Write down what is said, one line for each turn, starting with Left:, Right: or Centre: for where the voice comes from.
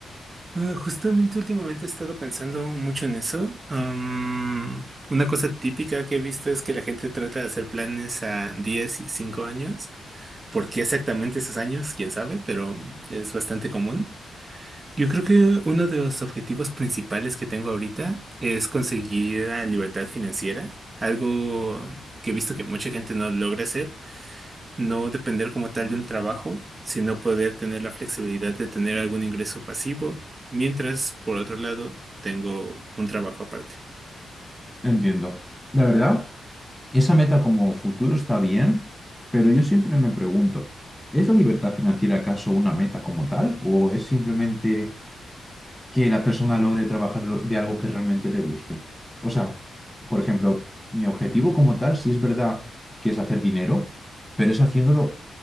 Right: Ah, justamente últimamente he estado pensando mucho en eso. Am, una cosa típica que he visto es que la gente trata de hacer planes a 10 y 5 años. ¿Por qué exactamente esos años? Quién sabe, pero es bastante común. Yo creo que uno de los objetivos principales que tengo ahorita es conseguir la libertad financiera, algo que he visto que mucha gente no logra hacer no depender como tal de un trabajo, sino poder tener la flexibilidad de tener algún ingreso pasivo, mientras, por otro lado, tengo un trabajo aparte.
Centre: Entiendo. La verdad, esa meta como futuro está bien, pero yo siempre me pregunto, ¿es la libertad financiera acaso una meta como tal o es simplemente que la persona logre trabajar lo- de algo que realmente le guste. O sea, por ejemplo, mi objetivo como tal, sí es verdad que es hacer dinero, pero es haciéndolo,